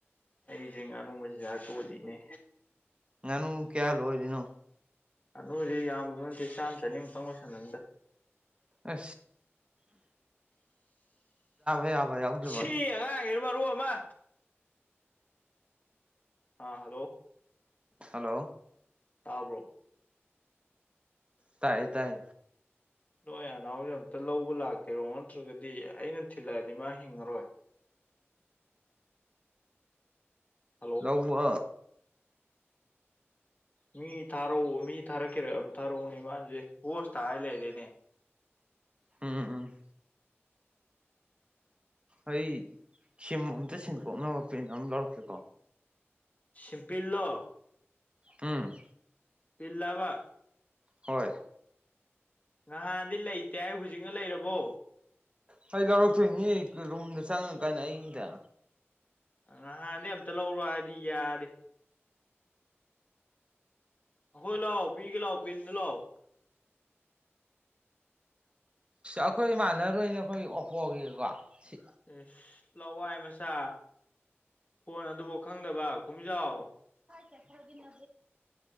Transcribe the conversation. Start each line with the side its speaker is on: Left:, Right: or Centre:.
Left: ꯑꯩꯁꯦ ꯉꯥꯅꯨꯕꯁꯤꯗꯥꯛ ꯇꯣꯜꯂꯤꯅꯦ
Right: ꯉꯅ ꯀꯌꯥꯜ ꯑꯣꯏꯔꯤꯅꯣ
Left: ꯅ ꯍꯧꯖꯤꯦ ꯌꯥꯝ ꯆꯝ ꯆ ꯅꯤꯡ ꯇꯪꯉꯣꯁ ꯅ
Right: ꯑ ꯌꯥꯕꯦ ꯑꯕꯥꯎ
Left: ꯁꯤ ꯑꯉꯥꯡ ꯌꯦꯅ ꯃꯔ ꯔꯨ ꯑꯃ ꯑꯥ ꯍꯜꯂꯣ
Right: ꯍꯜꯂꯣ
Left: ꯇꯕ꯭ꯔꯣ
Right: ꯇꯥꯏꯥꯏ ꯇꯥꯏ
Left: ꯅꯣꯏ ꯅꯅꯥꯎꯁ ꯑꯝꯇ ꯂꯧꯕ ꯂꯥꯛꯀꯦꯔꯣ ꯅꯠꯇ꯭ꯔꯒꯗꯤ ꯑꯩꯅ ꯊꯤꯜꯂꯛꯑꯗꯤ ꯃꯥ ꯍꯤꯡꯉꯔꯣꯏ ꯍꯜꯂꯣ
Right: ꯂꯧꯕ
Left: ꯃꯤ ꯊꯥꯔꯛꯎ ꯃꯤ ꯊꯥꯔꯛꯀꯦꯔ ꯑꯗꯨꯝ ꯊꯥꯔꯛꯎꯅꯦ ꯃꯥꯁꯦ ꯍꯣꯁ ꯇꯥꯔ ꯂꯩꯔꯦꯅꯦ
Right: ꯎꯝ ꯎꯝ ꯑꯩ ꯁꯤ ꯑꯝꯇ ꯁꯦꯡꯗꯣꯛꯅꯕ ꯄꯦꯟ ꯑꯃ ꯂꯧꯔꯛꯀꯦꯀꯣ
Left: ꯁꯤꯄꯜꯂ
Right: ꯎꯝ
Left: ꯜ ꯂꯕ
Right: ꯍꯣꯏ
Left: ꯅꯍꯥꯟꯗꯤ ꯂꯩꯇꯦ ꯍꯥꯏ ꯍꯧꯖꯤꯛꯅ ꯂꯩꯔꯕꯣ
Right: ꯍ ꯂꯧꯔꯛꯇꯣꯏꯅꯤ ꯔꯨꯝꯗ ꯆꯪꯉ ꯀꯥꯏꯅ ꯑꯩꯗ
Left: ꯅꯍꯥꯟꯗꯤ ꯑꯝꯇ ꯂꯧꯔꯣ ꯍꯥꯏꯗꯤ ꯌꯥꯔꯦ ꯍꯣꯏ ꯂꯥꯎꯑꯣ ꯄꯤꯒ ꯂꯥꯎꯑꯣ ꯄꯤꯙ ꯂꯑꯣ
Right: ꯑꯩꯈꯣꯏ ꯏꯃꯥꯟꯅꯔꯣꯏꯅꯦ ꯑꯩꯈꯣꯏ ꯑꯣꯞꯄꯣꯒꯤꯀꯣ ꯁꯤ
Left: ꯑꯦꯁ ꯂꯋꯥꯏ ꯃꯆꯥ ꯐꯣꯟ ꯑꯗꯨꯐꯥꯎ ꯈꯪꯗꯕ ꯀꯨꯝꯃꯤꯖꯥꯎ
Right: ꯍꯦ ꯈ꯭ꯔꯒꯤꯅ